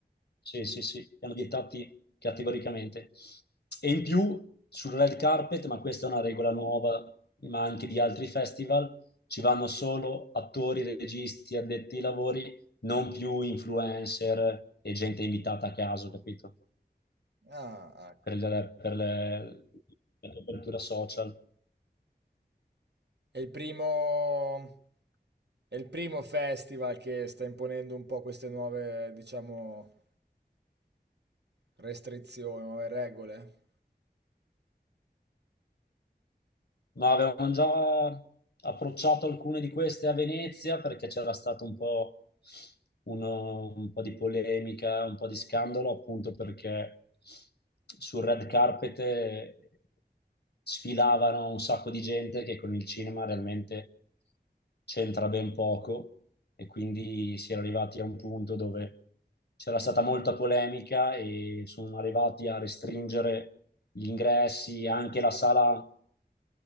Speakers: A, on the left; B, on the right.
A: Sì, sì, sì, li hanno vietati categoricamente. E in più sul red carpet, ma questa è una regola nuova, ma anche di altri festival, ci vanno solo attori, registi, addetti ai lavori, non più influencer e gente invitata a caso, capito?
B: Ah, ecco.
A: per, il- per le- la copertura social.
B: È il primo, è il primo festival che sta imponendo un po' queste nuove, diciamo, restrizioni, nuove regole.
A: Ma avevamo già approcciato alcune di queste a Venezia perché c'era stato un po', uno- un po' di polemica, un po' di scandalo, appunto perché sul red carpet eh, sfilavano un sacco di gente che con il cinema realmente c'entra ben poco e quindi si era arrivati a un punto dove c'era stata molta polemica e sono arrivati a restringere gli ingressi, anche la sala